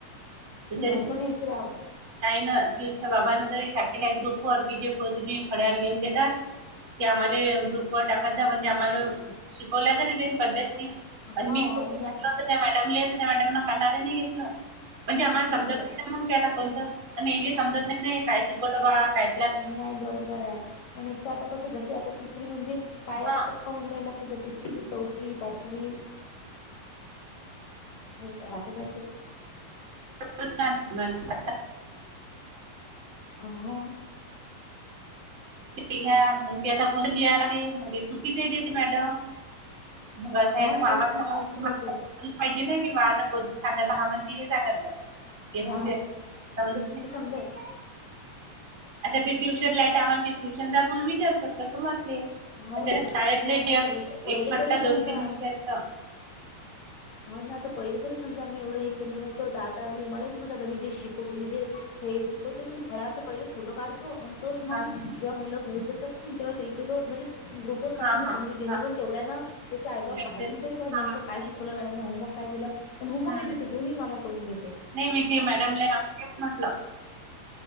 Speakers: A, on the left; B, on the right.
A: नाही
B: जाईल.
A: असं नाही की राग
B: न पियुष च्या बाबांना जरी तरी टाकेला ग्रुप की जे पण तुम्ही फड्यावर लिहून देता. ते आम्हाला ग्रुप व टाकत जा, म्हणजे आम्हाला शिकवल्या तरी जाईन पद्धशीर.
A: हा
B: <unintelligible> मॅड त्या
A: हा मी
B: मॅडम करणार नाही घेतलं, म्हणजे आम्हाला
A: आता
B: समजत नाही मगी आता कोणचच. प यायले समजत नाही काय शिकवलं बा काय
A: नाही बरोबर आहे प एक तर आता कस जशी आता तिसरी म्हणजे पायाच
B: हा
A: पक्का होऊन राहिला. त्याचा तिसरी, चौथी, पाचवी. हो आता त्यांच्याच नाही.
B: <inaudible>
A: हाव
B: ते घ्या मग ते आता को लिला मग ते चुकीच येते मॅडम. मग असं
A: हा
B: आहे ना मामाच्या
A: तेच
B: मुळं.
A: असंच होते
B: पाहिजे नाही कि बा आता कोणंत सांगायचं हा म्हणती हे सांगितलं. ते म्हणजे
A: हा
B: समजत नाही ना.
A: <inaudible>
B: आता ते ट्युशनला हाय तर आम्हाला ते ट्युशनलापण मी विचारू शकते समजते. मग
A: हाव
B: त्याला
A: ना
B: शाळेतलेही
A: नाही आता पहि पहिले
B: एक खट्टा
A: तरी समजा
B: दोन तीन विषयातलं
A: हाव ना आता पहिले तरी समजा मी एवढं हे केलं नव्हतं. तर आता मी मलाही समज आता मी जे शिक स्कूलमध्ये जे हे शिकवतो की नाही, फळ्यावरचा पहिले फोटो काढतो आणि तोच मग
B: हा
A: जेव्हा मुलं घरी जातात की नाही, तेव्हा त्यांच्या जवळ म्हणजे ग्रुपवर पाठवून
B: हा
A: देतो,
B: हा
A: म्हणजे जेणेकरून
B: हा
A: तेवढ्यांनाच त्याचे आई बाप
B: लायब्ररी
A: पाहतील
B: समजतात
A: तरी बाई नेमकं काय शिक बोला मॅडमनं होमवर्क काय दिलं पण होमवर्कही
B: हम्म
A: देते, दोन्ही काम करून घेत.
B: नाही माहिती आहे मॅडमला आम्ही तेच म्हटलं.